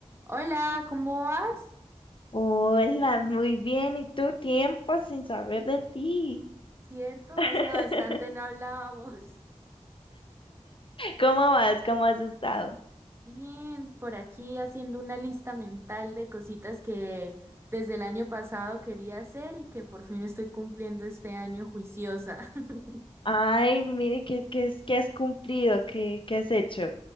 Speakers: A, on the right; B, on the left.
A: Hola, ¿cómo vas?
B: Hola, muy bien. ¿Y tú? Tiempo sin saber de ti.
A: Cierto,
B: <laughs>
A: hace bastante no hablábamos.
B: ¿Cómo vas? ¿Cómo has estado?
A: <laughs> Bien, por aquí haciendo una lista mental de cositas que desde el año pasado quería hacer y que por fin estoy cumpliendo este año juiciosa. <laughs>
B: Ay, mire, ¿qué, qué, es- qué has cumplido? ¿Qué, qué has hecho?